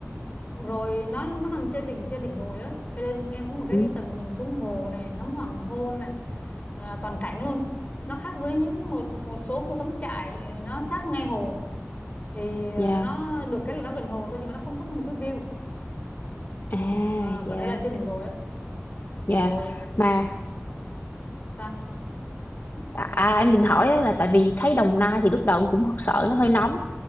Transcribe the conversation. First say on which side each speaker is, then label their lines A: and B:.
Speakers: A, on the left (about 35°); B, on the left (about 55°).
A: rồi nó nó nằm trên đỉnh trên đỉnh đồi á cho nên em có một cái
B: ừ,
A: tầm nhìn xuống hồ này ngắm hoàng hôn này là toàn cảnh luôn nó khác với những một một số khu cắm trại nó sát ngay hồ thì à,
B: dạ
A: nó được cái là nó gần hồ thôi nhưng mà nó không có một cái view
B: à
A: Ờ,
B: dạ
A: còn đây là trên đỉnh đồi á
B: dạ
A: rồi
B: mà
A: sao
B: À, à, em định hỏi á là tại vì thấy Đồng Nai thì lúc đầu em cũng sợ nó hơi nóng